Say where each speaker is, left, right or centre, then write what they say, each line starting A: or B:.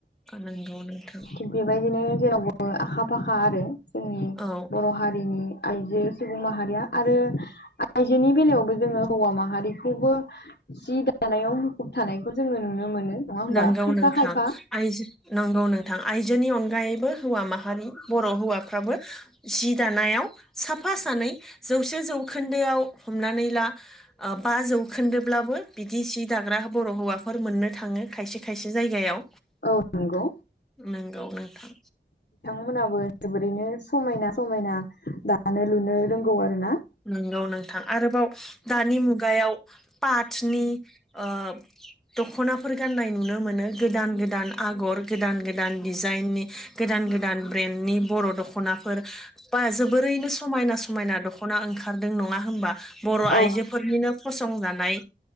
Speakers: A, in the centre; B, on the left.
A: नंगौ नोंथां
B: थिग बेबायदिनो जेरावबो आखा फाखा आरो जोंनि
A: औ
B: बर' हारिनि आइजो सुबुं माहारिया आरो आइजोनि बेलायावबो जोङो हौवा माहारिखौबो जि दानायाव मुखुब थानायखौ जोङो नुनो मोनो नङा होमबा
A: नंगौ
B: खायफा
A: नोंथां
B: खायफा
A: आइजो नंगौ नोंथां आइजोनि अनगायैबो हौवा माहारि बर' हौवाफ्राबो जि दानायाव साफा सानै जौसे जौखोन्दोआव हमनानै ला बा जौखोन्दोब्लाबो बिदि सि दाग्रा बर' हौवाफोर मोननो थाङो। खायसे खायसे जायगायाव
B: औ नंगौ
A: नंगौ नोंथां।
B: मोनाबो जोबोरैनो समायना समायना दानो लुनो रोंगौ आरो ना।
A: नंगौ नोंथां आरोबाव दानि मुगायाव पाटनि ओ दख'नाफोर गान्नाय नुनो मोनो गोदान गोदान आगर गोदान गोदान दिजाइननि गोदान ब्रेन्डनि बर' दख'नाफोर बा जोबोरैनो समायना समायना दख'ना ओंखारदों नङा होनबा बर'
B: औ
A: आइजोफोरनिनो फसंजानाय